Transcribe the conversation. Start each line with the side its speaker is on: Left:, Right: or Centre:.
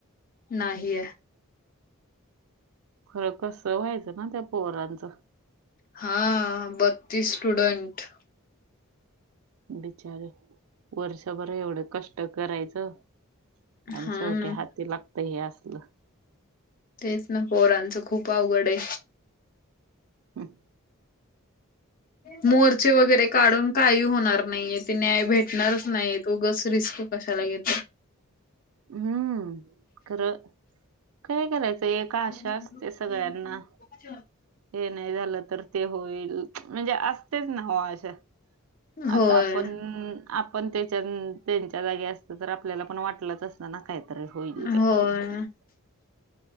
Left: नाही आहे.
Right: खरं कसं व्हायचं ना त्या पोरांचं.
Left: हा बत्तीस स्टुडन्ट.
Right: बिचार वर्षभर एवढं कष्ट करायचं. आणि
Left: हां
Right: शेवटी
Left: ना.
Right: हाती लागत हे असल.
Left: तेच ना पोरांचं खूप अवघड आहे.
Right: हम.
Left: मोर्चे वगैरे काढून काही होणार नाही ते न्याय भेटणारच नाहीत उगच रिस्क कशाला घेता.
Right: हम्म खरं काय करायचं एक का
Left: घेताय.
Right: अशा असते सगळ्यांना, हे नाही झालं तर ते होईल. म्हणजे असतेच ना हो अशा
Left: होय
Right: आता आपण आपण त्यांच्यान त्यांच्या जागी असत तर आपल्याला पण वाटलंच असतं ना काही. <unintelligible> होईल काहीतरी
Left: होय
Right: होईल.